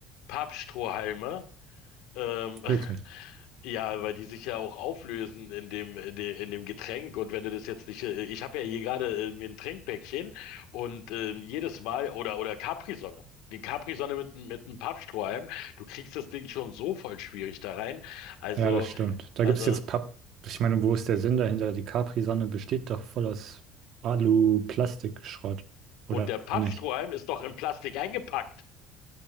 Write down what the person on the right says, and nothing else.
Wirklich.
Ja, das stimmt. Da
gibt's jetzt Papp. Ich meine, wo ist der Sinn dahinter? Die Capri-Sonne besteht doch voll aus Alu-Plastikschrott, oder
nicht?